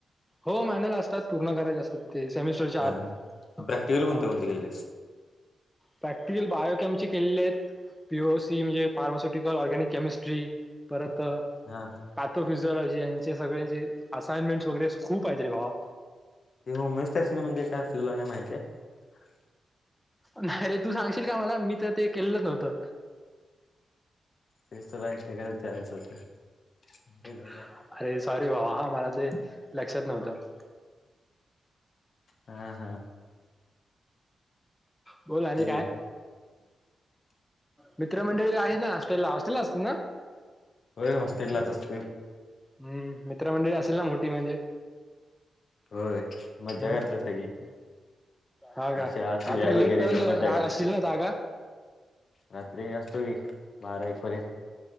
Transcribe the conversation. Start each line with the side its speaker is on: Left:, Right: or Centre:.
Centre: हो मॅनला असतात पूर्ण करायचे असतात ते सेमिस्टरच्या
Left: हा
Centre: आत
Left: हा प्रॅक्टिकल कोणते
Centre: हा..
Left: कोणते केलेस
Centre: प्रॅक्टिकल बायोकॅमिटिक.. केलेत पीओसी म्हणजे फार्मा्युटिकल ऑर्गनिक केमिस्ट्री परत... आथो
Left: हा
Centre: फिजिलॉजी यांचे सगळ्यांचे असइनमेंट्स वगैरे खूप... आहेत रे भावा
Left: ते होस्त म्हणजे काय अस तुला काय माहिती आहे...
Centre: नाहीरे तू सांगशील का मला मी तर ते केलंच नव्हतं.
Left: टेस्टलाय काय.. विचारायचं होतं. बेलवड्या
Centre: अरे सॉरी भावा हा मला ते... लक्षात नव्हत..
Left: हा हा..
Centre: बोल आणि
Left: ते
Centre: काय मित्रमंडळी आहे ना हॉस्टेल हॉस्टेलच... पुन..
Left: हो हॉस्टेललाच असते..
Centre: हम्म मित्रमंडळी असेल ना मोठी म्हणजे..
Left: होय मज्जा
Centre: हम्म...
Left: करतात सगळी.
Centre: हागा
Left: शाळा सुया
Centre: रात्री
Left: वगैरे
Centre: लेट पर्यंत
Left: लय मज्जा
Centre: असशील
Left: करतात.
Centre: ना जागा..
Left: रात्री असतो मी बारा एक पर्यंत..